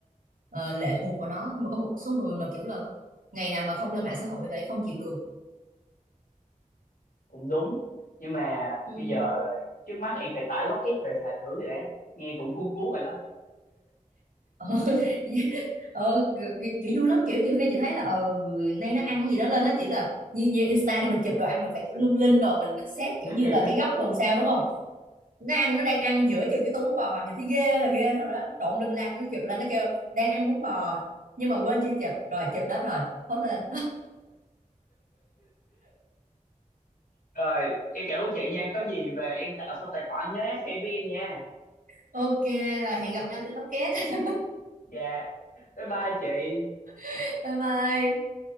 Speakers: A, on the right; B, on the left.
A: ờ, lệ thuộc vào nó nhưng mà có một số người mà kiểu là ngày nào mà không lên mạng xã hội lại không chịu được
B: cũng đúng nhưng mà
A: ừ,
B: bây giờ trước mắt em phải tải Locket về xài thử rồi đã nghe cũng cuốn cuốn rồi đó
A: ờ, <laughs> ờ, kiểu, kiểu vui lắm kiểu nhiều khi chị thấy là ờ nay nó ăn cái gì đó lên nó chỉ là như như Insta đi mình chụp đồ ăn mình phải kiểu lung linh rồi mình mình xét kiểu
B: <laughs>
A: như là cái góc rồi làm sao đúng không nó ăn nó đang ăn giữa chừng cái tô bún bò nhìn thấy ghê là ghê rồi đó nó trộn lum la cái nó chụp lên nó kêu đang ăn bún bò nhưng mà quên chưa chụp rồi chụp đó rồi post lên
B: rồi em cảm ơn chị nha có gì về em tạo xong tài khoản nhớ ép em với em nha
A: <laughs> ok rồi hẹn gặp nhau trên Locket
B: dạ bye bye chị
A: <laughs> bye bye